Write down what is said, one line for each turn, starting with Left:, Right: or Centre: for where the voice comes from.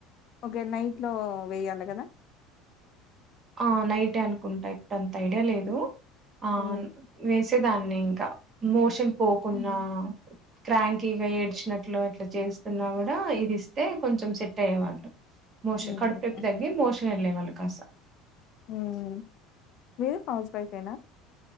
Left: ఓకే నైట్ లో వెేయాలి కదా
Right: ఆ నైటే అనుకుంటా ఇప్పుడు అంత ఐడియా లేదు ఆ
Left: హ్మ్.
Right: మ్ వేసి ఇగ దాన్ని ఇంకా మోషన్ పోకున్నా
Left: హ్మ్ హ్మ్.
Right: క్రాంకీగా ఏడ్చినట్లు అట్ల ఇ చేస్తున్నా కూడా ఇది ఇస్తే కొంచెం సెట్ అయ్యేవాళ్ళం మోషన్
Left: హ్మ్.
Right: కడుపునొప్పి
Left: ఓకే.
Right: తగ్గి మోషన్ వేళ్ళె వాళ్ళు కసా
Left: హ్మ్ మీరు హౌస్ వైఫేనా